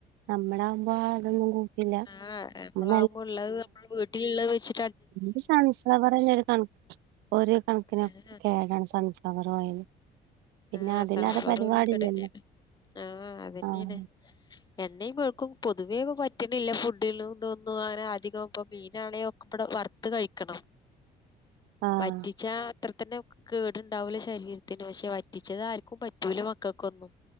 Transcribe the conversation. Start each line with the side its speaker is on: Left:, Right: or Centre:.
Right: നമ്മളാവുമ്പോ അതൊന്നും കൂട്ടില്ല
Left: ആഹ് നമ്മളാവബ
Right: നമ്മ
Left: ഇള്ളത് നമ്മെ വീട്ടിൽ വെച്ചി
Right: എ സൺസ പറയുന്ന ഒരു കണ ഒരു കണക്കിന്
Left: ആ
Right: കേടാണ് സൺസ കവർ ഓയിൽ പിന്നെ
Left: ആ
Right: അതില്ലാതെ
Left: സാൻഫ്ലവർ
Right: പരിപാടി
Left: ഓയിൽ കേടെന്നെണ്
Right: ഇല്ലല്ലോ
Left: ആ അതെന്നെയാണ്
Right: ആഹ്
Left: എണ്ണയും പമേഴുക്കും പൊതുവേക്ക പറ്റണില്ല ഫുഡിലോന്നും അങ്ങനെ അധികം ഇപ്പ മീനാണോ പപ്പടം വറുത്ത്‌ കഴിക്കണം
Right: ആഹ്
Left: വറ്റിച്ചാ അത്ര തന്നെ കേട്ണ്ടാവൂല ശരീരത്തിന് പശേ വ വറ്റിച്ചത് ആർക്കും പറ്റൂല മക്കക്കൊന്നും